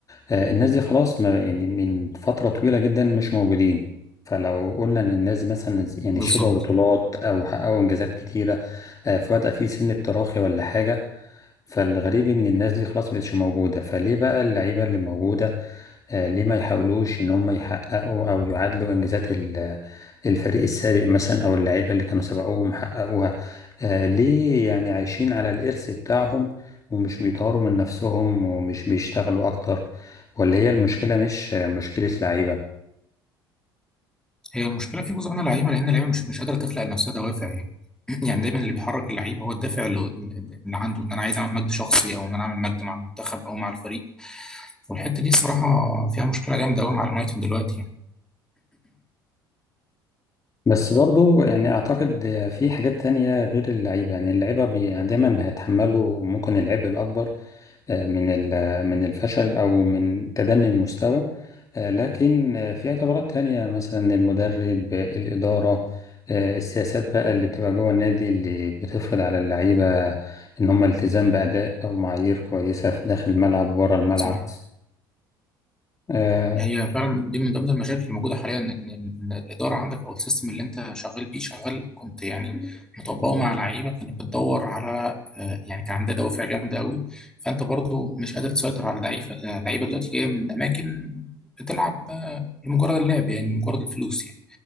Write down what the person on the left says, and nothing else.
آه، الناس دي خلاص ما يعني من فتره طويله جدا مش موجودين فلو قلنا ان الناس دي مثلا يعني
شبعوا بطولات او حققوا انجازات كتيره آه، فبدا في سن التراخي ولا حاجه فالغريب ان الناس دي خلاص مبقتش موجوده فليه بقى اللعيبه اللي موجوده آه، ليه ما يحاولوش ان هم يحققوا او يعادلوا انجازات ال- الفريق السابق مثلا او اللعيبه اللي كانوا سبقوهم حققوها آه، ليه يعني عايشين على الارث بتاعهم ومش بيطوروا من نفسهم ومش بيشتغلوا اكتر ولا هي المشكله مش آه، مشكله لعيبه
بس برضو يعني اعتقد آه، في حاجات تانية غير اللعيبه يعني اللعيبه بي- دايما هيتحملوا ممكن العبء الاكبر من ال- من الفشل أو من تدني المستوى آه، لكن آه، في اعتبارات تانية مثلا المدرب آه، الإدارة آه، السياسات بقى اللي بتبقى جوه النادي اللي بتفرض على اللعيبة إن هم التزام بأداء أو معايير كويسة في داخل الملعب وبره
الملعب
آه،